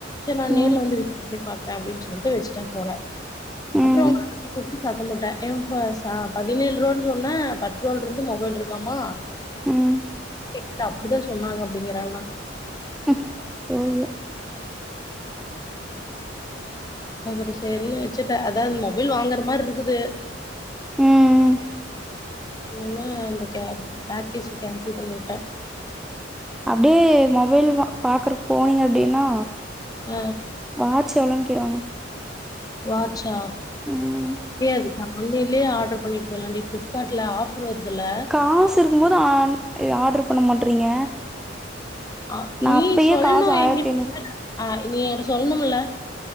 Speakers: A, on the left (about 20°); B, in the centre.
A: செரி நா நேர்ல
B: ம்
A: வந்து <inaudible> பாத் துக்றே அப்டின் சொல்ட்டு வெஸ்ட்டே ஃபோன
B: ம்
A: அப்றோ உங்க அண்ணன கூப்ட்டு சத்தம் போட்டே ஏம்ஃபாசா பதினேழு ருவான் சொன்ன பத்துருவால்ருந்து மொபைல்ருக்காமா
B: ம்
A: இல்ல அப்பிடிதா சொன்னாங்க அப்டிங்கிறான்னா
B: ம் சோ ஐயோ
A: அப்பறோ சேரின் வெச்சிட்ட அதாவ்து மொபைல் வாங்கற மார்ருக்குது
B: ம்
A: இனிமே அந்த கேப் பேக்கேஸ கேன்சல் பண்ணி விட்டே
B: அப்டியே மொபைல் வா பாக்கறக் போனீங்க அப்டின்னா
A: அ
B: வாட்ச் எவ்ளோன் கேட்டுவாங்க
A: வாட்ச்சா
B: ம்
A: ஏ அது நா ஆன்லைன்லே ஆட்ரு பண்ணீர்க்கலாண்டி ஃப்லிப்காட்ல ஆஃபர் வர்துல்ல
B: காஸ் இருக்கும்போது ஆன் அ ஆட்ரு பண்ண மாட்றீங்க
A: ஆ
B: நா
A: நீ
B: அப்பயே
A: சொல்ணு
B: காசு ஆயிரத்தி
A: எங்கிட்
B: ஐநூறு
A: ஆ நீ என்ட்ட சொல்ணுமில்ல